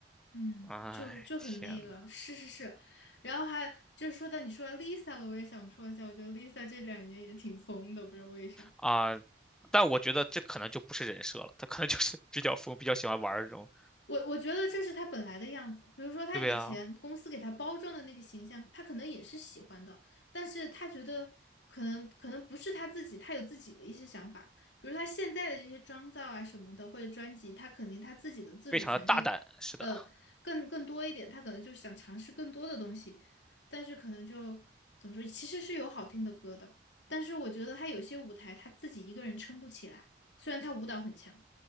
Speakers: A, on the left; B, in the centre.
A: 嗯，
B: 哎，
A: 就就很那个，
B: 天呐，
A: 是是是，然后还就是说到你说到 Lisa 了，我也想说一下，我觉得 Lisa 这两年也挺疯的，不知道为啥。
B: 啊！但我觉得这可能就不是人设了，他可能就是比较疯，比较喜欢玩儿这种，
A: 我我觉得这是他本来的样子。比如说，他以前公司给他包装的那个形象，
B: 对啊，
A: 他可能也是喜欢的，但是他觉得可能可能不是他自己，他有自己的一些想法。比如他现在的这些妆造啊什么的，或者专辑，他肯定他自己的自主权更呃更更多一点，
B: 非常的大胆，是的。
A: 他可能就想尝试更多的东西，但是可能就怎么说，其实是有好听的歌的，但是我觉得他有些舞台他自己一个人撑不起来，虽然他舞蹈很强。